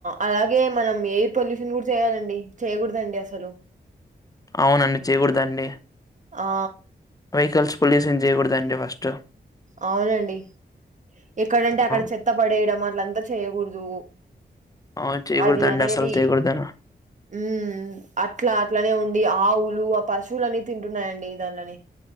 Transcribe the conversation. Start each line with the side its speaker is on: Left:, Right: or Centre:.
Right: అలాగే మనం ఎయిర్ పొల్యూషన్ కూడా చేయాలండి చేయకూడదండి అసలు
Left: అవునండి చేయకూడదు అండి
Right: ఆ
Left: వెహికల్స్. పొల్యూషన్ చేయకూడదు అండి ఫస్ట్.
Right: అవునండి ఎక్కడంటే
Left: ఆ
Right: అక్కడ చెత్త పడేయడం అని. అంత చేయకూడదు
Left: అవును చేయకూడదండి
Right: అది అనేది
Left: అసలు చేయకూడదని
Right: ఉ అట్లా అట్లనే ఉ ఆవులు ఆ పశువులు అని తింటున్నాయండి దానలని